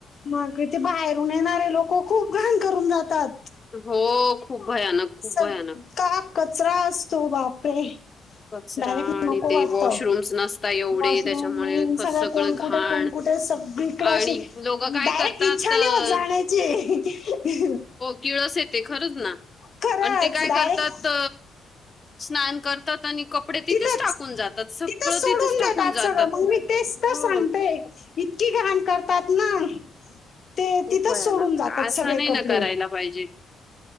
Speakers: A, on the left; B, on the left.
A: मग इ तेे बाहेरून येणारे लोक, खूप घाण करून जातात.
B: हो. खूप भयानक. खूप
A: सगळा
B: भयानक
A: कचरा असतो बापरे.
B: कचरा
A: डायरेक्ट
B: आणि
A: नको
B: ते
A: वाटत,
B: वॉशरूम्स नसता एवढे
A: वॉशरूम
B: त्याच्यामुळे
A: मेन,
B: क-
A: सगळं कोण,
B: घाण
A: कुठे कोण. कुठे सगळीकडे अशी
B: आणि लोक काय
A: डायरेक्ट
B: करतात
A: इच्छा
B: अ,
A: नाही होत जाण्याची.
B: टिळस येते खरंच ना,
A: खरंच
B: आणि ते काय
A: डायरेक्ट
B: करतात स्नान कर तात आणि. कपडे तिथेच
A: तिथंच-तिथंच
B: टाकून जातात सगळं
A: सोडून
B: तिथेच टाकून
A: देतात, आज
B: जातात
A: सगंळ मग मी तेच
B: हो
A: तर सांगतेय. इतकी घाण करतात ना. ते
B: उपाया
A: तिथंच सोडून
B: ना,
A: जातात
B: असा
A: सगळे
B: नाही
A: कपडे
B: ना करायला पाहिजे.